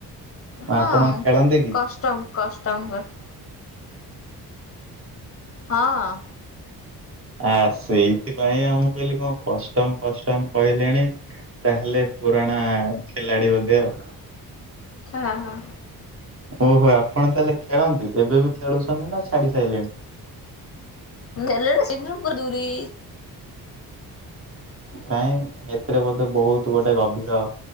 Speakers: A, on the left (about 40°); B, on the right (about 35°).
A: ହଁ,
B: ଆପଣ ଖେଳନ୍ତି କି?
A: କଷ୍ଟମ୍, କଷ୍ଟମ୍ କର୍। ହଁ ହଁ।
B: ଆ ସେଇଥିପାଇଁ ଆମ କହିଲି କଣ କଷ୍ଟମ ଫଷ୍ଟମ କହିଲେଣି ତାହେଲେ ପୁରଣା ଖେଳାଡି ବୋଧେ ଆଉ।
A: ହଁ ହଁ।
B: ଓହୋ ଆପଣ ତାହେଲେ ଖେଳନ୍ତି ଏବେ ବି ଖେଳୁଛନ୍ତି ନା ଛାଡି ସାରିଲେଣି?
A: <unintelligible> ଦୁରି
B: କାଇଁ ଏଥିରେ ବୋଧେ ବହୁତ ଗୋଟେ ଗଭୀର